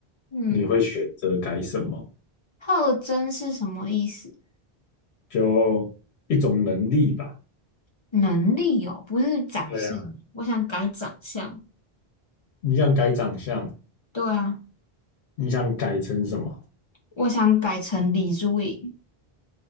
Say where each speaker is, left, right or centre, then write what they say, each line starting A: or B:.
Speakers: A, on the left; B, on the left.
A: 嗯，
B: 你会选择改什么？
A: 特征是什么意思？
B: 就一种能力吧。
A: 能力哦，不是长相。
B: 对啊，
A: 我想改长相。
B: 你想改长相，
A: 对啊，
B: 你想改成什么？
A: 我想改成李珠颖。